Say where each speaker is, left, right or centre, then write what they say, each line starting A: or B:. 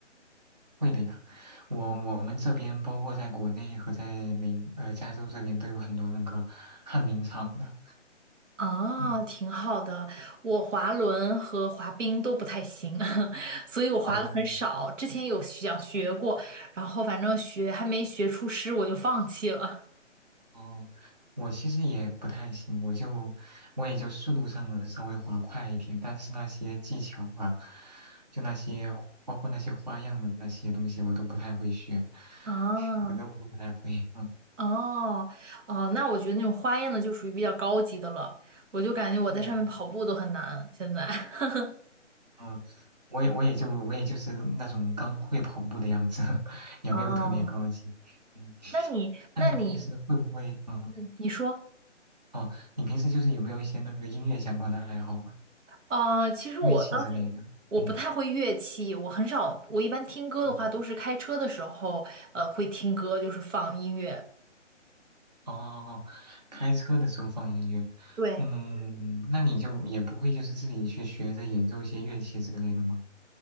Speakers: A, on the right; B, on the right.
A: 会的呀，我我们这边包括在国内和在美呃加州这边都有很多那个旱冰场的。
B: 啊，
A: 嗯，
B: 挺好的。我滑轮和滑冰都不太行，<laughs> 所以我滑的很少。
A: 哦
B: 之前有想学过，然后反正学还没学出师，我就放弃了。
A: 哦，我其实也不太行，我就我也就速度上能稍微滑快一点，但是那些技巧啊，就那些包括那些花样的那些东西，我都不太会学，
B: 啊，
A: <laughs> 我都我都不太会。嗯
B: 哦哦，那我觉得那种花样的就属于比较高级的了，我就感觉我在上面跑步都很难，
A: 嗯。
B: 现在。<laughs>
A: 嗯，我也我也就我也就是那种刚会跑步的样子，<laughs> 也没有特别高级。
B: 哦，
A: 嗯，
B: 那你，那你，
A: 那你平时会不会嗯
B: 嗯，你说，
A: 哦，你平时就是有没有一些那个音乐相关的爱好啊？
B: 啊，其实我当时我不太会乐器，
A: 乐器之类的？嗯
B: 我很少，我一般听歌的话都是开车的时候，
A: 嗯
B: 呃，会听歌，就是放音乐。
A: 哦，开车的时候放音乐，
B: 对，
A: 嗯，那你就也不会就是自己去学着演奏一些乐器之类的吗？